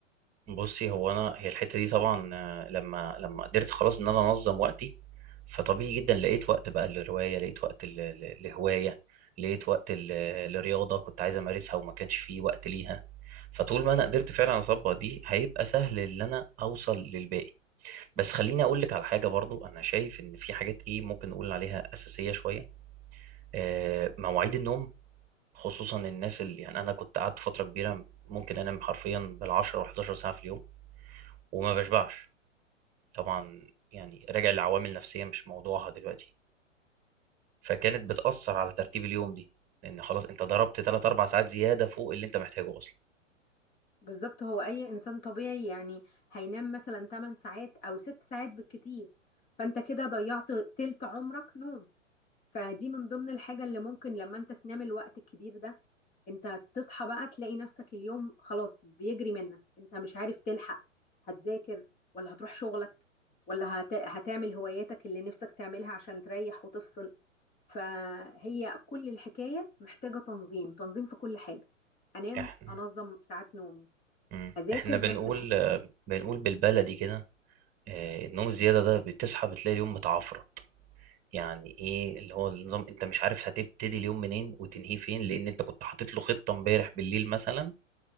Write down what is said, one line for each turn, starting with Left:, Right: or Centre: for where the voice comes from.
Right: بصي هو انا هي الحته دي طبعا آه، لما لما قدرت خلاص ان انا انظم وقتي فطبيعي جدا لقيت وقت بقى للروايه لقيت وقت ل- ل- لهوايه لقيت وقت ل- لرياضه كنت عايز امارسها وما كانش فيه وقت ليها فطول ما انا قدرت فعلا اطبق دي هيبقى سهل ان انا اوصل للباقي بس خليني اقول لك على حاجه برضو انا شايف ان في حاجات ايه ممكن نقول عليها اساسيه شويه آه، مواعيد النوم خصوصا الناس اللي يعني انا كنت قعدت فتره كبيره ممكن انام حرفيا بال10 و11 ساعه في اليوم وما بشبعش طبعا يعني راجع لعوامل نفسية مش موضوعها دلوقتي فكانت بتأثر على ترتيب اليوم دي لأن خلاص أنت ضربت 3 4 ساعات زيادة فوق اللي أنت محتاجه أصلا
Left: بالظبط هو اي انسان طبيعي يعني هينام مثلا 8 ساعات او 6 ساعات بالكتير فانت كده ضيعت تلت عمرك نوم فدي من ضمن الحاجة اللي ممكن لما انت تنام الوقت الكبير ده انت تصحى بقى تلاقي نفسك اليوم خلاص بيجري منك انت مش عارف تلحق هتذاكر ولا هتروح شغلك ولا هت... هتعمل هواياتك اللي نفسك تعملها عشان تريح وتفصل فهي كل الحكاية محتاجة تنظيم تنظيم في كل حاجة انام
Right: إحنا
Left: انظم ساعات نومي
Right: مم.
Left: اذاكر
Right: إحنا بنقول
Left: نفس الحكايه
Right: آه، بنقول بالبلدي كده آه، النوم الزيادة ده بتصحى بتلاقي اليوم متعفرط يعني إيه اللي هو النظام أنت مش عارف هتبتدي اليوم منين وتنهيه فين لأن أنت كنت حاطط له خطة امبارح بالليل مثلا